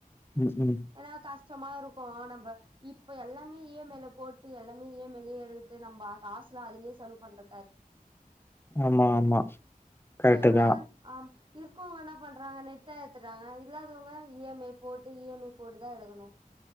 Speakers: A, on the left (about 15°); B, on the right (about 35°).
A: உம் உம்
B: ஏன்னா கஷ்டமா இருக்கோ நம்ப இப்ப எல்லாமே இ ஐ எம் மைல போட்டு எல்லாமே இ ஐ எம் மையிலே எடுத்து நம்ப காசுலா அதுலயே செலவு பண்றதா இருக்கு
A: ஆமா ஆமா கரெட்டுதான்
B: இப்ப எல்லா ஆம் இருக்கவங்க என்ன பண்றாங்க நெட்டா ஏத்துறாங்க இல்லாதவங்க இ எம் ஐ போட்டு இ எம் ஐ போட்டு தான் எடுக்கணும்